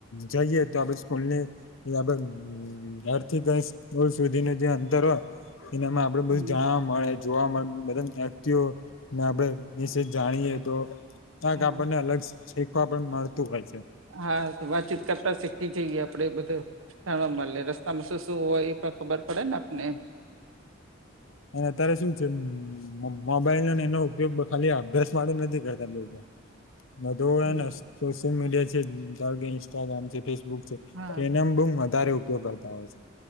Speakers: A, on the left; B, on the right.
A: જાઈએ તો આપણે સ્કૂલની <unintelligible> ઘરથી ઘર સુધી નો જે અંતર હોય એનામાં આપડને બધું
B: હમ
A: જાણવા મળે, જોવા મળે બધાન વ્યક્તિઓ ને આપડે એના વિશે જાણીએ તો જરાક
B: હા
A: આપણને અલગ શીખવા પણ મળતું હોય છે
B: હા, વાતચીત કરતા શીખી જઈએ આપડે એ બધા જાણવા મલે રસ્તામાં શું શું હોય એ પણ ખબર પડે ને આપણને એમ
A: અને અત્યારે શું છે મોબાઈલ અને એનો ઉપયોગ ખાલી અભ્યાસ માટે નથી કરતા લોકો <unintelligible>
B: હમ
A: સોશિયલ મીડિયા છે, ધારો કે ઇન્સ્ટાગ્રામ છે, ફેસબુક છે
B: હા
A: તેનોમ બઉ વધારે ઉપયોગ કરતા હોય સે